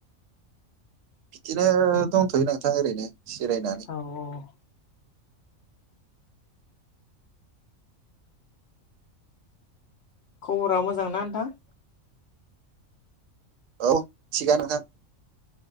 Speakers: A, on the right; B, on the left.
A: बिदिनो दंथयो नोंथां ओरैनो। जिरायनानै
B: औ औ। खबरा मोजां ना नोंथां?
A: औ थिगानो नोंथां।